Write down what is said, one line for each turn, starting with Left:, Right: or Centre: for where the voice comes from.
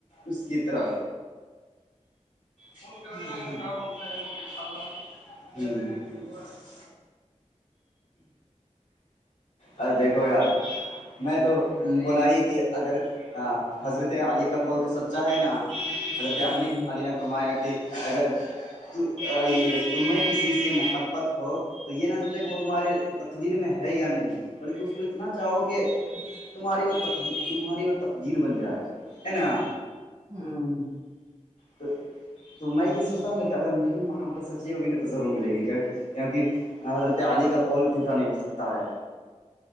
Left: اس کی طرف ف کرتے
Right: ہوں
Left: بولتا ہے <unintelligible> اس دیکھو یار میں تو بولا ہی کہ اگر حضرت علی کا کول تو سب چاہے نا حضرت
Right: ہوں
Left: علی علی نے فرمایا کہ اگر تمہیں کسی سے محبت ہو تو یہ نہ سوچ وہ تمہارے تقدیر میں ہے یا نہیں بلکہ اس کو اتنا چاہو کہ تمہاری وہ ت تمہاری وہ تقدیر بن جائے ہے نا
Right: ہاں <unintelligible>
Left: تو <unintelligible> <unintelligible> تو میں یہ سوچتا ہوں نا کہ اگر میری محبت سچی ہوگی نا تو ضرور ملے گی کیک کیونکہ حضرت علی کا کال جھوٹا نہیں ہو سکتا ہے